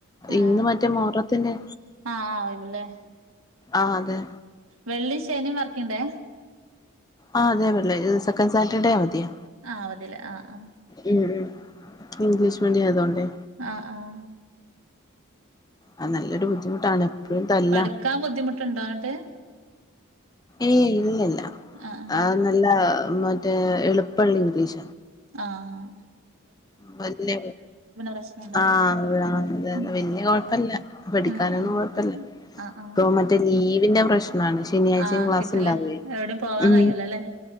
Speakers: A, on the right; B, on the left.
A: ആഹ്
B: ഇന്ന് മറ്റേ മുഹറത്തിന്റെ
A: ആഹ് ആഹ് ആഹ് ഒഴിവല്ലേ
B: ആഹ് അതെ
A: വെള്ളി ശനിയും വർക്കിങ്ങടെ
B: ആ അതെ വെള്ളിയാഴ്ച സെക്കന്റ്‌ സാറ്റർഡേ അവധിയാ
A: ആ അവധി ല്ലേ ആ ആ
B: ഉം ഉ ഇംഗ്ലീഷ് മീഡിയം ആയതുകോണ്ടേ
A: ആ ആഹ
B: അ നല്ലൊരു ബുദ്ധിമുട്ടാണ് എപ്പഴും തല്ല
A: പഠിക്കാൻ ബുദ്ധിമുട്ടുണ്ടോ എന്നിട്ട്
B: ഏയ് ഇല്ലല്ല
A: ആഹ്
B: ആഹ നല്ല മറ്റേ എളുപ്പള്ള ഇംഗ്ലീഷ
A: ആഹ
B: വല്യ
A: പ്രശ്നം ഉണ്ടാവൂല
B: ആഹ ആല്ല
A: ഉം
B: വല്യ കുഴപ്പല്ല പഠിക്കാനൊന്നും
A: ഉം ഉം
B: കുഴപ്പല്ല
A: ആഹ് ആഹ്
B: ഇപ്പൊ മറ്റേ ലീവിന്റെ പ്രശ്നാണ് ശനിയാഴ്ചെ
A: ആഹ്
B: ക്ലാസ്
A: കിട്ടില്ല
B: ഉണ്ടാവേ
A: എവിടെയും പോവാൻ
B: ഉ
A: കഴിയൂലല്ലേ